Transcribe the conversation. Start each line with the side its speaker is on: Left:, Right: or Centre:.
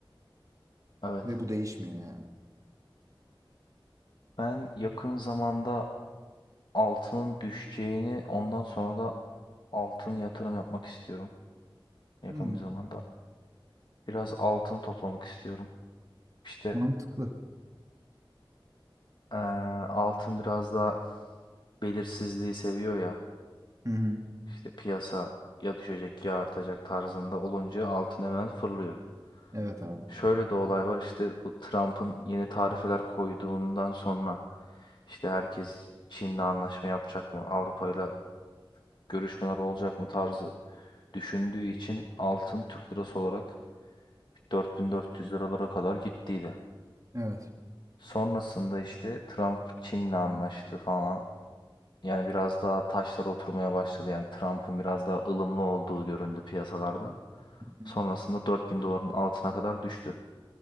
Left: Evet.
Right: ve bu değişmiyor yani.
Left: Ben yakın zamanda altının düşeceğini ondan sonra da altın yatırım yapmak istiyorum. yakın
Right: Hmm,
Left: bir zamanda. Biraz altın toplamak istiyorum. İşte
Right: mantıklı.
Left: eee, altın biraz daha belirsizliği seviyor ya.
Right: Hı hı.
Left: İşte piyasa ya düşecek ya artacak tarzında olunca altın hemen fırlıyor.
Right: Evet abi.
Left: Şöyle de olay var işte bu Trump'ın yeni tarifeler koyduğundan sonra işte herkes Çin'le anlaşma yapacak mı, Avrupa'yla görüşmeler olacak mı tarzı düşündüğü için altın Türk lirası olarak 4400 liralara kadar gittiydi.
Right: Evet.
Left: Sonrasında işte Trump Çin'le anlaştı falan. Yani biraz daha taşlar oturmaya başladı. Yani Trump'ın biraz daha ılımlı olduğu göründü piyasalarda.
Right: Hı hı.
Left: Sonrasında 4000 doların altına kadar düştü.